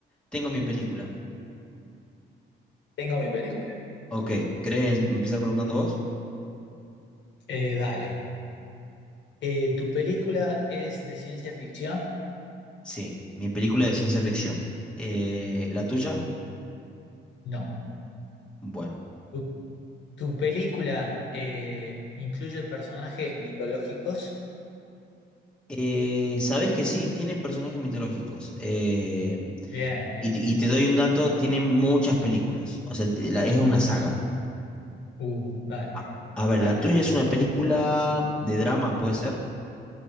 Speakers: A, in the centre; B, on the left (about 65°).
A: Tengo mi película.
B: Tengo mi película.
A: Ok, ¿querés em- empezar preguntando vos?
B: Eh, dale. Eh, ¿tu película es de ciencia ficción?
A: Sí, mi película de ciencia ficción. Eh, ¿la tuya?
B: No.
A: Bueno.
B: ¿Tu, tu película eh, incluye personajes mitológicos?
A: Eh, sabés que sí, tiene personajes mitológicos. Eh,
B: Bien, bien.
A: Y te, y te doy un dato, tiene muchas películas. O sea, eh, la- es una saga.
B: Uh, dale,
A: A, a ver,
B: dale,
A: la tuya
B: dale.
A: es una película de drama, ¿puede ser?